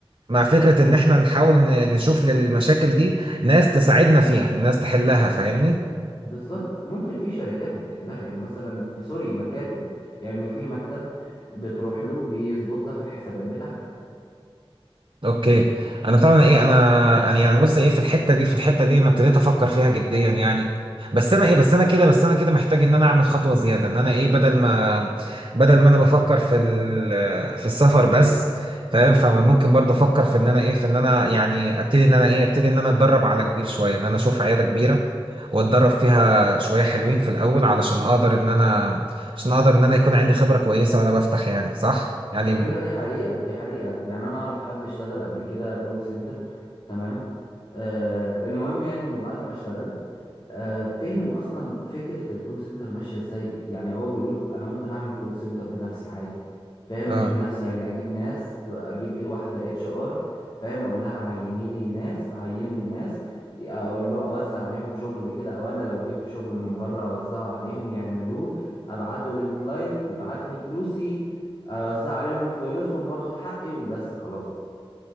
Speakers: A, on the right (about 55°); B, on the left (about 45°).
A: مع فكره ان احنا نحاول ن- نشوف للمشاكل دي ناس تساعدنا فيها ناس تحلها فاهمني
B: بالظبط ممكن في شركات بتحلها يعني مثلا سوري مكاتب يعني في مكتب بتروح له بيظبط لك الحسابات بتاعتك
A: اوكي انا فعلا ايه انا انا يعني بص ايه في الحته دي في الحته دي انا ابتديت افكر فيها جديا يعني بس انا ايه بس انا كده بس انا كده محتاج ان انا اعمل خطوه زياده ان انا ايه بدل ما بدل ما انا بفكر في ال- في السفر بس فاهم فممكن برضه افكر في ان انا ايه في ان انا يعني ابتدي ان انا ايه ابتدي ان انا اتدرب على كبير شويه ان انا اشوف عياده كبيره واتدرب فيها شويه حلوين في الاول علشان اقدر ان انا عشان اقدر ان انا يكون عندي خبره كويسه وانا بفتح يعني صح يعني
B: على فكرة دي حقيقة دي حقيقة يعني أنا أعرف حد اشتغل قبل كده كول سنتر تمام آه المهم يعني إنه بعد ما اشتغل آه، فهم اصلا فكره الكول سنتر ماشيه ازاي يعني هو بيقول انا ممكن اعمل كول سنتر بنفسي عادي فاهم
A: اه
B: مش بنفسي يعني اجيب ناس اجيب إيه واحده اتش ار فاهم اقول لها عيني لي ناس تعين لي ناس اقول له اوزع عليهم شغل كده او انا لو جبت شغل من بره اوزعه عليهم يعملوه ابعته للكلاينت يبعت لي فلوسي اوزع عليهم فلوسهم واخد حقي وبس خلاص